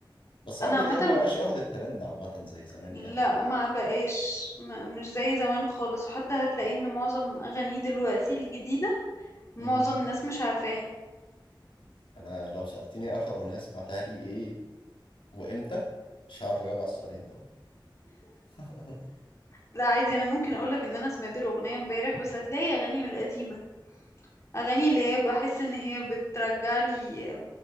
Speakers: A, on the left; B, on the left.
A: بس عمرو
B: انا عامه
A: دياب ما بقاش ياخد الترند عامة زي زمان
B: لا
A: يعني
B: ما بقاش ما مش زي زمان خالص وحتى هتلاقي ان معظم اغانيه دلوقتي الجديده معظم
A: مم.
B: الناس مش عارفاها
A: انا لو سألتني اخر اغنية سمعتها لي ايه وامتى مش هعرف اجاوب على السؤالين طبعا <laughs>
B: لا عادي انا ممكن اقولك ان انا سمعت له اغنيه امبارح بس هتلاقي اغاني من القديمه اغاني اللي هي بحس ان هي بترجع لي